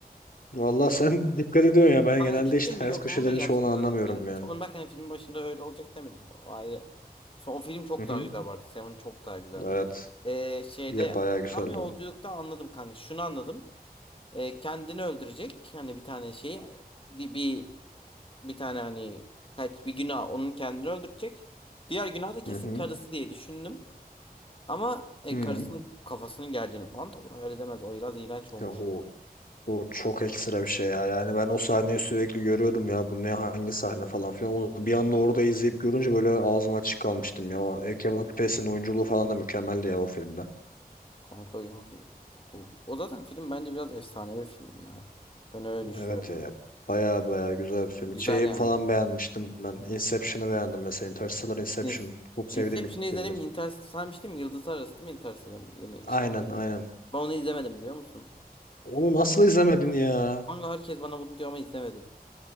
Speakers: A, on the left (about 60°); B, on the left (about 35°).
A: Valla sen <laughs> dikkat ediyorsun ya ben
B: Kanka
A: genelde
B: ciddi
A: hiç ters
B: mi? Yok
A: köşelerin
B: onu da gerçekten
A: çoğunu anlamıyorum
B: anladım. Yani
A: yani.
B: onu bak hani filmin başında öyle olacak demedim. O ayrı. Son film çok
A: Hı hı.
B: daha güzel vardı. Seven çok daha güzel.
A: Evet.
B: Ee, şeyde
A: Ya bayağı güzeldi
B: tam yolculukta
A: o.
B: anladım kanka. Şunu anladım. Ee, kendini öldürecek. Yani bir tane şey di- bir bir tane hani kaç bir günah onun kendini öldürecek. Diğer günah da kesin
A: Hı hı.
B: karısı diye düşündüm. Ama e,
A: Hı.
B: karısının kafasının geleceğini falan tabii hayal edemez. O biraz iğrenç olmuş.
A: Ya o Bu çok ekstra bir şey ya. Yani ben o sahneyi sürekli görüyordum ya. Bu ne hangi sahne falan filan. Onu bir anda orada izleyip görünce böyle ağzım açık kalmıştım ya. O e, Kevin Spacey'nin oyunculuğu falan da mükemmeldi ya o filmde.
B: Kanka yani bu, o zaten film bence biraz efsanevi film ya. Ben öyle düşünüyorum.
A: Evet ya. Baya baya güzel bir film.
B: Güzel
A: Şeyi
B: yani.
A: falan beğenmiştim ben. Inception'ı beğendim mesela. Interstellar Inception.
B: Yes.
A: Çok sevdiğim
B: Inception'ı
A: ilk
B: izledim.
A: filmdir.
B: Interstellar sanmıştım. Yıldızlar Arası değil mi Interstellar yeni
A: Aynen
B: şey.
A: aynen.
B: Ben onu izlemedim biliyor musun?
A: Onu nasıl izlemedin ya?
B: Kanka herkes bana bunu diyor ama izlemedim.